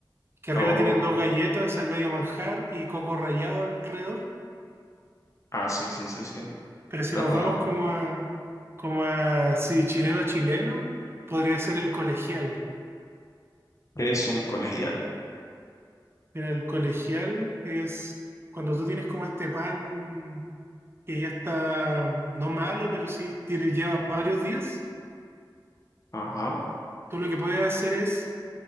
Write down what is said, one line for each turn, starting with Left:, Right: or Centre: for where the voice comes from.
Right: que arriba
Left: Oh,
Right: tienen dos galletas, al medio manjar y coco rallado alrededor.
Left: ah, sí, sí, sí, sí.
Right: Pero si
Left: Lo
Right: nos
Left: conozco.
Right: vamos como a, como a, sí, chileno chileno, podría ser el colegial.
Left: ¿Qué es un colegial?
Right: Mira, el colegial es cuando tú tienes como este pan que ya está no malo, pero sí tiene, lleva varios días.
Left: Ajá.
Right: Tú lo que puedes hacer es